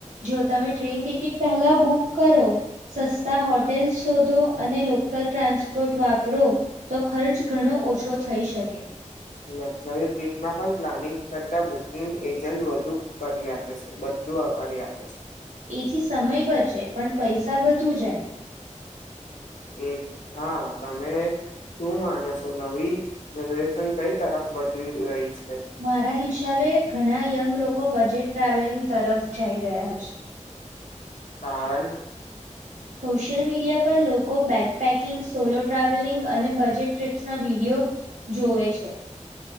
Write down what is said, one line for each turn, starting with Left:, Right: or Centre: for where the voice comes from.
Right: જો તમે ટ્રેન ટિકિટ પહેલા બુક કરો, સસ્તા હોટેલ શોધો અને લોકલ ટ્રાન્સપોર્ટ વાપરો, તો ખર્ચ ઘણો ઓછો થઈ શકે.
Left: લક્ઝરી ટ્રીપમાં પણ પ્લાનિંગ કરતા બુકિંગ એજન્ટ વધુ કરી આપે છે, બધું કરી આપે છે.
Right: એથી સમય બચે પણ પૈસા વધુ જાય.
Left: એ હા તમે શું માનો છો નવી જનરેશન કઈ તરફ વધી રહી છે.
Right: મારા હિસાબે ઘણા યંગ લોક કો બજેટ ટ્રાવેલિંગ તરફ જઈ રહ્યા છે.
Left: કારણ.
Right: સોશિયલ મીડિયા પર લોકો બેકપેકિંગ, સોલો ટ્રાવેલિંગ અને બજેટ ટ્રીપ્સના વીડિયો જોવે છે.